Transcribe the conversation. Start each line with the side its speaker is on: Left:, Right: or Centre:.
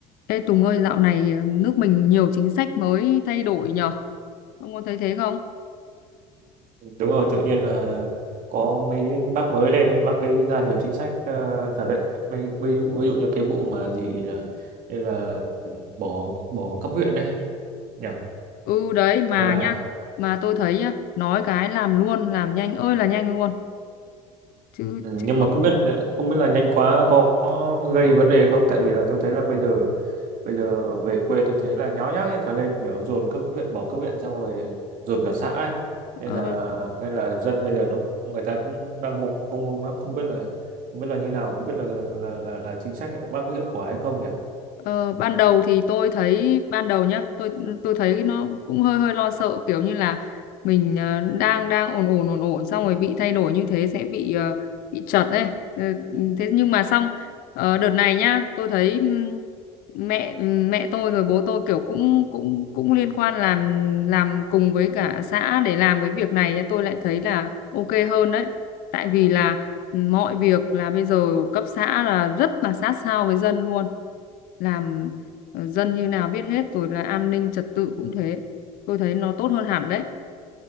Left: Ê Tùng ơi, dạo này ờ, nước mình nhiều chính sách mới thay đổi nhở? Ông có thấy thế không?
Right: đúng rồi tự nhiên là có mấy cái bác mới lên đấy bác ấy ra nhiều chính sách ờ, thật đấy ví, ví, dụ- ví dụ như cái vụ mà gì là như là bỏ bỏ cấp huyện này nhỉ
Left: Ừ đấy mà
Right: hay là
Left: nhá, mà tôi thấy nhá, nói cái làm luôn, làm nhanh ơi là nhanh luôn. Chứ
Right: ừ,
Left: chứ
Right: nhưng
Left: không
Right: mà không biết không biết là nhanh quá có, có gây vấn đề không tại vì là tôi thấy là bây giờ bây giờ về quê tôi thấy là nháo nhác hết cả lên kiểu dồn các huyện bỏ các huyện xong rồi dồn cả xã ấy. nên
Left: ờ,
Right: là nên là dân bây giờ nó cũng- người ta cũng đang mông mông lung lắm không biết là không biết là như nào không biết là là là, là chính sách của bác có hiệu quả hay không nhỉ
Left: Ờ, ban đầu thì tôi thấy ban đầu nhá tôi tôi thấy nó cũng hơi hơi lo sợ kiểu như là mình ờ, đang đang ổn ổn ổn ổn xong rồi bị thay đổi như thế sẽ bị ờ, bị chật ấy Ừ, thế nhưng mà xong ờ, đợt này nhá tôi thấy ừm, mẹ mẹ tôi rồi bố tôi kiểu cũng cũng cũng liên quan làm làm cùng với cả xã để làm cái việc này nhá tôi lại thấy là ok hơn đấy tại vì là mọi việc là bây giờ cấp xã là rất là sát sao với dân luôn làm ờ, dân như nào biết hết rồi là an ninh trật tự cũng thế tôi thấy nó tốt hơn hẳn đấy